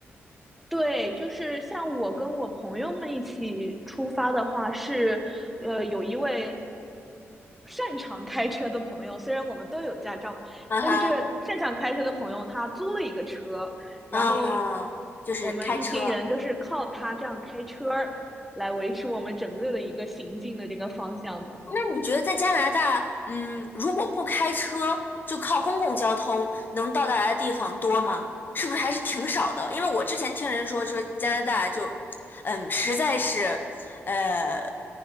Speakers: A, in the centre; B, on the left.
A: 对，就是像我跟我朋友们一起出发的话，是，呃，有一位擅长开车的朋友，虽然我们都有驾照，
B: 啊哈，
A: 但是这个擅长开车的朋友他租了一个车，然后
B: 啊，就是开车。
A: 我们一行人就是靠他这样开车儿来维持我们整个的一个行进的这个方向的。
B: 那你觉得在加拿大，嗯，如果不开车，就靠公共交通能到达的地方多吗？是不是还是挺少的？因为我之前听人说，说加拿大就，嗯，实在是，呃，